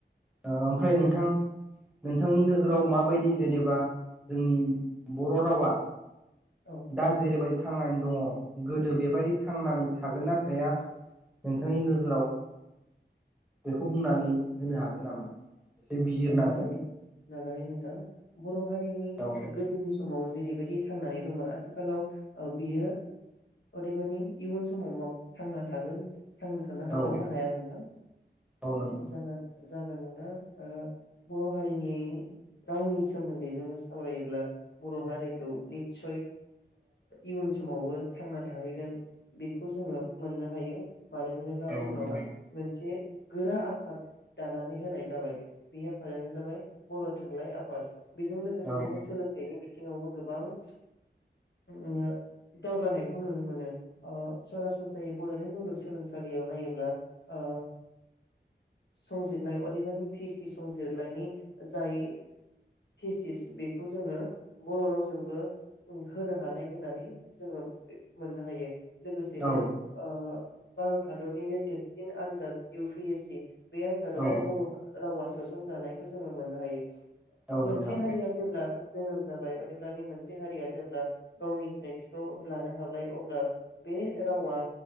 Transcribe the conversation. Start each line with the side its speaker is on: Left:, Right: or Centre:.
Centre: ओ ओमफ्राय नोंथां नोंथांनि नोजोराव माबायदि जेनेबा जोंनि बर' रावा
Left: औ
Centre: दा जेरैबायदि थांनानै दङ गोदो बेबायदि थांनानै थागोन ना थाया नोंथांनि नोजोराव बेखौ बुंनानै होनो हागोन। नामा? एसे बिजिरनानै
Left: नाजानाय नाजानानै नोंथां बर' हारिनि
Centre: औ
Left: गोदोनि समाव जेरैबायदि थांनानै दंमोन आथिखालाव बियो ओदैबानि इयुन समाव थांना थागोन। थांना थानो
Centre: औ
Left: हागोन ना हाया नोंथां?
Centre: औ नों
Left: जागोन। जागोन नोंथां ओ बर' हारिनि रावनि सोमोन्दै जोङो सावरायोब्ला बर' हारि निसय इयुन समावबो थांना थाहैगोन बेखौ जोङो मोननो हायो। मानो होनोब्ला
Centre: औ
Left: जोंनाव
Centre: नोंथां
Left: मोनसे गोरा आफाद दानानै होनाय जाबाय बे आफादानो जाबाय बर' थुनलाइ आफाद। बेजों लोगोसेनो
Centre: औ
Left: सोलोंथाइनि बिथिङावबो गोबां उम दावगानाय खौ नुनो मोनो सरासनस्रायै बड'लेण्ड मुलुगसोलोंसालियाव नायोब्ला ओ संजितलइ अदेबानि फिस्टि संजिलायनि जाय फेसिस बेखौ जोङो बर' रावजोंबो होनो हानाय होननानै जोङो मोननो हायो। लोगोसेनो
Centre: औ
Left: ओ बार हादरनिनो देरसिन आनजाद इउ फि एस सि। बे आनजादावबो
Centre: औ
Left: बर' हौवास सोसनजानायखौ जोङो मोननो हायो।
Centre: औ
Left: मोनसे
Centre: नोंथां
Left: हारिया जेब्ला जोनोम जाबाय जेब्लानि मोनसे हारिया जेब्ला गावनि सिनायथिखौ लानो हाबलाय अब्ला बे रावा